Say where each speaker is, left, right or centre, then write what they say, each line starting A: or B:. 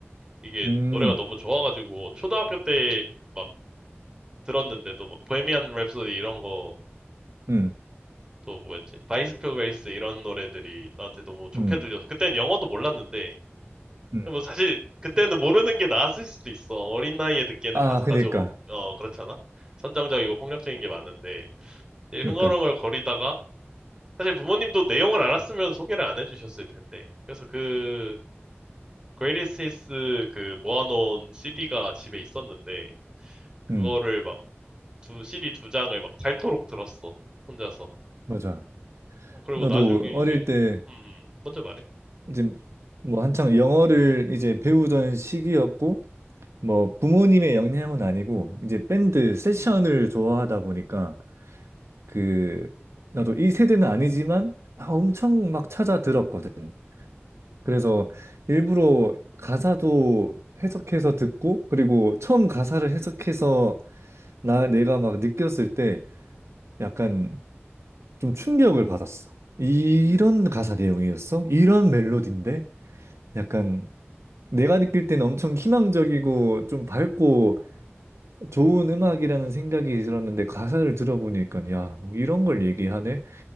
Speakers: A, on the right; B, on the right.
A: 이게
B: 음.
A: 노래가 너무 좋아가지고, 초등학교 때 막 들었는데도 막 보헤미안 랩소디 이런 거,
B: 음.
A: 또 뭐였지? 바이스클 레이스 이런 노래들이 나한테 너무 좋게
B: 음.
A: 들려서, 그땐 영어도 몰랐는데,
B: 음.
A: 뭐 사실 그때는 모르는 게 나았을 수도 있어. 어린 나이에 듣기에는
B: 아,
A: 가사가
B: 그니까.
A: 조금 어 그렇잖아. 선정적이고 폭력적인 게 많은데 이제
B: 그니까.
A: 흥얼흥얼 거리다가 사실 부모님도 내용을 알았으면 소개를 안 해주셨을 텐데. 그래서 그 Greatest Hits 그 모아놓은 CD가 집에 있었는데 그거를
B: 음.
A: 막 두, CD 두 장을 막 닳도록 들었어. 혼자서.
B: 맞아.
A: 어, 그리고
B: 나도
A: 나중에
B: 어릴
A: 이제
B: 때
A: 음, 음. 먼저 말해.
B: 이제 뭐 한창 영어를 이제 배우던 시기였고 뭐 부모님의 영향은 아니고 이제 밴드 세션을 좋아하다 보니까 그 나도 이 세대는 아니지만 아, 엄청 막 찾아 들었거든. 그래서 일부러 가사도 해석해서 듣고 그리고 처음 가사를 해석해서 나 내가 막 느꼈을 때 약간 좀 충격을 받았어. 이런 가사 내용이었어? 이런 멜로디인데? 약간 내가 느낄 때는 엄청 희망적이고 좀 밝고 좋은 음악이라는 생각이 들었는데 가사를 들어보니까 야, 뭐 이런 걸 얘기하네?